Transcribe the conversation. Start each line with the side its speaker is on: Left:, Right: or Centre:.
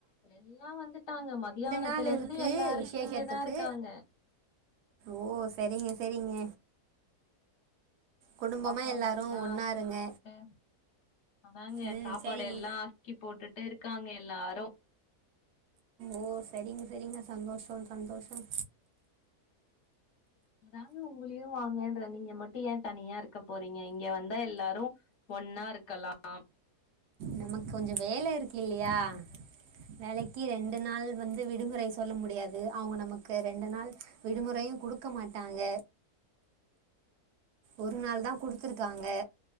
Left: எல்லாம் வந்துட்டாங்க மதியானத்துல
Right: நாள்
Left: இருந்து
Right: இருக்குது
Left: எல்லாருக்கும்
Right: விசேஷத்துக்கு
Left: இங்கதான் இருக்காங்க
Right: ஓ சரிங்க சரிங்க குடும்பமாக
Left: சாப்பாடு
Right: எல்லாரும்
Left: எல்லாம்
Right: ஒன்றா
Left: ஆக்கி
Right: இருங்க
Left: போட்டுட்டு அதாங்க
Right: ம்
Left: சாப்பாடு
Right: சரிங்க
Left: எல்லாம் அக்கி போட்டுட்டு இருக்காங்க எல்லாரும்
Right: ஓ சரிங்க சரிங்க சந்தோஷம் சந்தோஷம்
Left: அதாங்க உங்களையும் வாங்கன்ற நீங்க மட்டும் ஏன் தனியா இருக்க போறீங்க இங்க வந்தா எல்லாரும் ஒன்னா இருக்கலாம்
Right: நமக்கு கொஞ்சம் வேலை இருக்கு இல்லையா வேலைக்கு ரெண்டு நாள் வந்து விடுமுறை சொல்ல முடியாது அவங்க நமக்கு ரெண்டு நாள் விடுமுறையும் குடுக்க மாட்டாங்க ஒரு நாள் தான் குடுத்துருக்காங்க